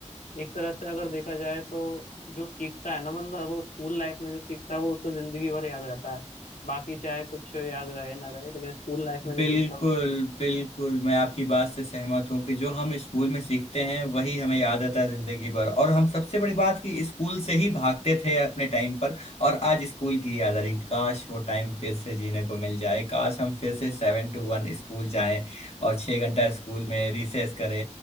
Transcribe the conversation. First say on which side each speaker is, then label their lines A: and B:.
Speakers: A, on the left (about 85°); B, on the left (about 55°).
A: एक तरह से अगर देखा जाए तो जो सीखता है ना बंदा वो स्कूल लाइफ में जो सीखता है वो उसे जिंदगी भर याद रहता है बाकी चाहे कुछ याद रहे ना रहे लेकिन स्कूल लाइफ में जो
B: बिल्कुल
A: सीखता है
B: बिल्कुल मैं आपकी बात से सहमत हूँ कि जो हम स्कूल में सीखते हैं वही हमें याद आता है जिंदगी भर और हम सबसे बड़ी बात कि स्कूल से ही भागते थे अपने टाइम पर और आज स्कूल की याद आ रही काश वो टाइम फिर से जीने को मिल जाए काश हम फिर से सेवन टू वन स्कूल जाएं और छह घंटा स्कूल में रिसेस करें